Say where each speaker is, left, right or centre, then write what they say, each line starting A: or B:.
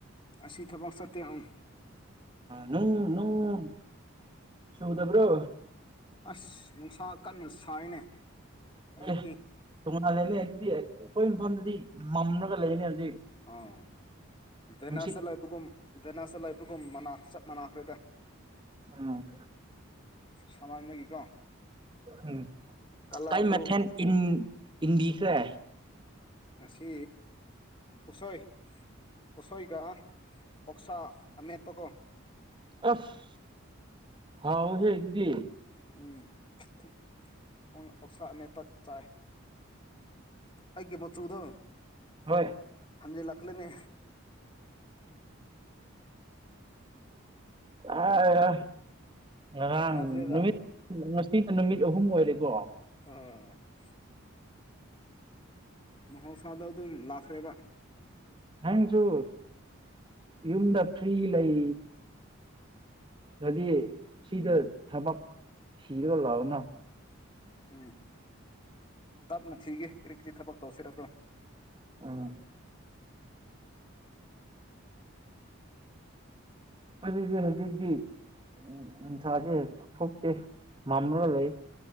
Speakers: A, on the left (about 25°); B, on the right (about 25°).
A: ꯑꯁꯤ ꯊꯕꯛ ꯆꯠꯇꯦ ꯑꯪ
B: ꯅꯨꯡ ꯅꯨꯡ ꯆꯨꯗꯕ꯭ꯔꯣ
A: ꯑꯁ ꯅꯨꯡꯁꯥ ꯀꯟꯅ ꯁꯥꯏꯅꯦ ꯍꯧꯖꯤꯛꯇꯤ
B: ꯑꯦ ꯇꯣꯉꯥꯟꯂꯦꯅꯦ ꯑꯗꯨꯗꯤ ꯑꯩꯈꯣꯏ ꯃꯐꯝꯗꯗꯤ ꯃꯝꯂꯒ ꯂꯩꯌꯦꯅꯦ ꯍꯧꯖꯤꯛ
A: ꯑꯣ ꯚꯦꯅꯥꯁꯇ
B: ꯅꯨꯡꯁꯤꯠ
A: ꯂꯩꯕꯒꯨꯝ ꯚꯦꯅꯥꯁꯇ ꯂꯩꯕꯒꯨꯝ ꯃꯅꯥ ꯆꯠ ꯃꯅꯥꯈ꯭ꯔꯦꯗ
B: ꯎꯝ
A: ꯁꯥꯃꯟꯕꯒꯤꯀꯣ
B: ꯎꯝ
A: ꯀꯂꯔꯁꯨ
B: ꯀꯥꯏ ꯃꯊꯦꯟ ꯏꯟ ꯏꯟꯕꯤꯈ꯭ꯔꯦ
A: ꯉꯁꯤ ꯎꯁꯣꯏ ꯎꯁꯣꯏꯒ ꯑꯣꯛꯁꯥ ꯑꯃꯦꯠꯄꯀꯣ
B: ꯑꯁ ꯍꯥꯎꯋꯦꯍꯦ ꯑꯗꯨꯗꯤ
A: ꯎꯝ ꯑꯣꯛꯁꯥ ꯑꯃꯦꯠꯄ ꯆꯥꯏ ꯑꯩꯒꯤ ꯃꯆꯨꯗꯣ
B: ꯍꯣꯏ
A: ꯍꯟꯖꯤꯜ ꯂꯛꯂꯦꯅꯦ
B: <unintelligible> ꯉꯥꯔꯥꯡ
A: ꯌꯥꯗ꯭ꯔꯦꯕ
B: ꯅꯨꯃꯤꯠ <unintelligible> ꯁꯤꯒ ꯅꯨꯃꯤꯠ ꯑꯍꯨꯝ ꯑꯣꯏꯔꯦꯀꯣ
A: ꯍꯥ ꯃꯍꯧꯁꯥꯗ ꯑꯗꯨꯝ ꯂꯥꯛꯈ꯭ꯔꯦꯕ
B: ꯅꯪꯖꯨ ꯌꯨꯝꯗ ꯐ꯭ꯔꯤ ꯂꯩ ꯔꯗꯤ ꯁꯤꯗ ꯊꯕꯛ ꯊꯤꯔꯒ ꯂꯥꯛꯑꯣꯅ
A: ꯎꯝ ꯇꯞꯅ ꯊꯤꯒꯦ ꯀꯔꯤ ꯀꯔꯤ ꯊꯕꯛ ꯇꯧꯁꯤꯔꯀꯣ
B: ꯎꯝ ꯑꯩꯈꯣꯗꯗꯤ ꯍꯧꯖꯤꯛꯇꯤ ꯎꯝ ꯅꯨꯡꯁꯥꯖꯦ ꯊꯣꯛꯇꯦ ꯃꯝꯂꯒ ꯂꯩ